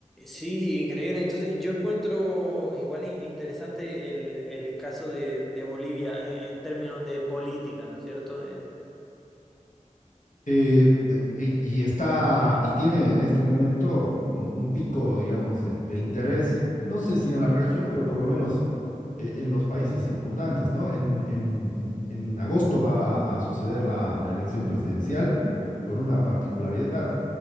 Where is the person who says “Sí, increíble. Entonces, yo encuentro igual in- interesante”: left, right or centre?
Centre